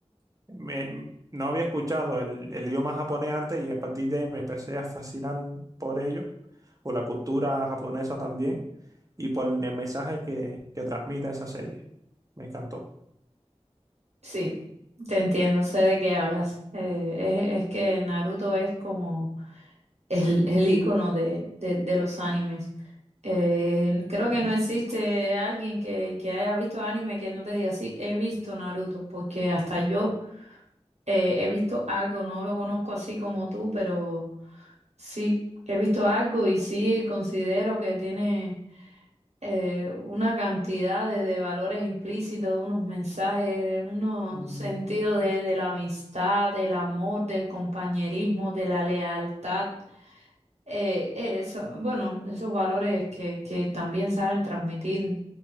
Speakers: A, on the right; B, on the right.
A: me- no había escuchado el, el idioma japonés antes y a partir de ahí me empecé a fascinar por ello, por la cultura japonesa también y por el mensaje que, que transmite esa serie. Me encantó.
B: Sí, te entiendo, sé de qué hablas. Eh, es, es que Naruto es como... el, el icono de, de- de los animes. Eh, creo
A: Mm,
B: que no existe alguien que, que haya visto anime que no te diga, sí, he visto Naruto, porque hasta yo eh, he visto algo, no lo conozco así como tú, pero sí, he visto algo y sí considero que tiene eh, una cantidad de, de valores implícitos, unos mensajes, unos
A: ujú.
B: sentidos de, de la amistad, del amor, del compañerismo, de la lealtad eh, eh, eso, bueno, esos valores que, que también saben transmitir